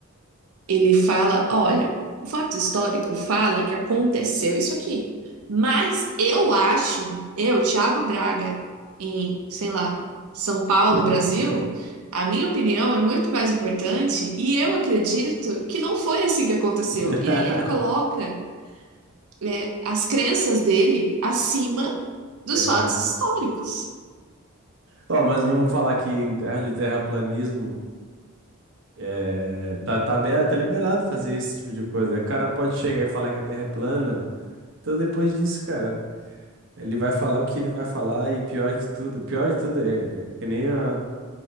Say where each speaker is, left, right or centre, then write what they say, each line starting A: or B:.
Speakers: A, on the right; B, on the right.
A: ele fala, olha, o fato histórico fala que aconteceu isso aqui. Mas eu acho, eu, Thiago Braga, em, sei lá, São Paulo,
B: <laughs>
A: Brasil, a minha opinião é muito mais importante e eu acredito que não foi assim que aconteceu.
B: <laughs>
A: E aí ele coloca, é, as crenças dele acima dos
B: É.
A: fatos históricos.
B: Ó, mas vamos falar que em terra de terraplanismo é, tá, tá, aberto, tá liberado fazer esse tipo de coisa, né? O cara pode chegar e falar que a Terra é plana. Então, depois disso, cara, ele vai falar o que ele vai falar e pior de tudo, pior de tudo é, é que nem a,